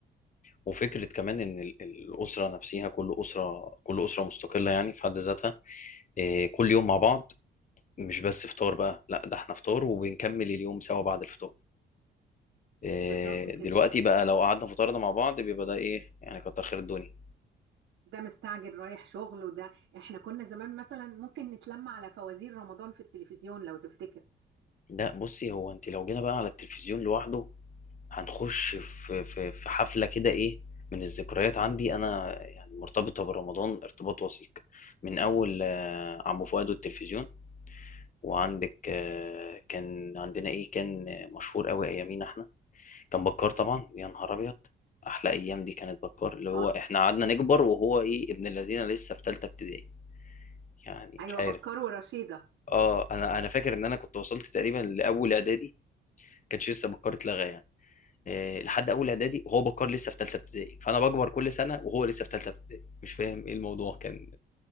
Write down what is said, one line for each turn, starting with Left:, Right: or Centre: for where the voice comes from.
Left: وفكرة كمان إن ال- الأسرة نفسها كل أسرة كل أسرة مستقلة يعني في حد ذاتها إيه، كل يوم مع بعض مش بس فطار بقى لا ده احنا فطار وبنكمل اليوم سوا بعد الفطار إيه،
Right: بالظبط كده
Left: دلوقتي بقى لو قعدنا فطرنا مع بعض بيبقى ده إيه يعني كتر خير الدنيا
Right: ده مستعجل رايح شغل وده احنا كنا زمان مثلا ممكن نتلم على فوازير رمضان في التلفزيون لو تفتكر
Left: لا بصي هو أنت لو جينا بقى على التلفزيون لوحده هنخش في في في حفلة كده إيه من الذكريات عندي أنا يعني مرتبطة برمضان ارتباط وثيق من أول آه، عمو فؤاد والتلفزيون وعندك آه، كان عندنا إيه كان مشهور أوي أيامينا إحنا كان بكار طبعا يا نهار أبيض أحلى أيام دي كانت بكار اللي هو
Right: اه
Left: إحنا قعدنا نكبر وهو إيه ابن الذين لسه في تالتة ابتدائي يعني
Right: ايوه
Left: مش
Right: بكر
Left: عارف
Right: ورشيدة
Left: آه أنا أنا فاكر إن أنا كنت وصلت تقريبا لأول إعدادي كانش لسه بكار اتلغى يعني آه، لحد اول اعدادي وهو بكار لسه في ثالثه ابتدائي فانا بكبر كل سنه وهو لسه في ثالثه ابتدائي مش فاهم ايه الموضوع كان